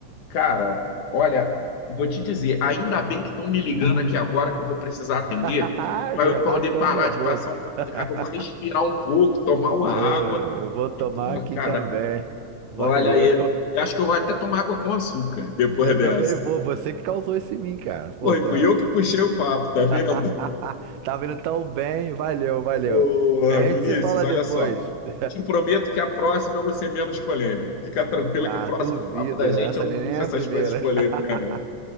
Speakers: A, on the left (about 75°); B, on the right (about 90°).
A: cara, olha, vou te dizer, ainda bem que estão me ligando aqui agora que eu vou precisar atender,
B: <laughs>
A: para
B: Eu
A: eu
B: já
A: poder
B: tava ficando
A: parar
B: nervoso.
A: de passar um pouco
B: <laughs>
A: de raiva, eu vou respirar um pouco, tomar uma
B: Eu,
A: água.
B: eu vou tomar
A: E, pô,
B: aqui
A: cara,
B: também. Valeu.
A: olha, eu acho que eu vou até tomar água com açúcar
B: <laughs>
A: depois
B: Eu
A: dessa.
B: também vou. Você que causou esse mim, cara. Pô,
A: Pô, e
B: tá...
A: fui eu que puxei o papo, tá vendo?
B: <laughs> tá vindo tão bem. Valeu, valeu.
A: Ô,
B: A
A: Vinícius,
B: gente se fala
A: olha
B: depois.
A: só.
B: <laughs>
A: Te prometo que a próxima eu vou ser menos polêmico. Fica tranquilo
B: Ah,
A: que o próximo
B: duvido.
A: papo da gente
B: Essa
A: eu não
B: nem
A: puxo
B: é
A: essas
B: a primeira.
A: coisas polêmicas,
B: <laughs>
A: não.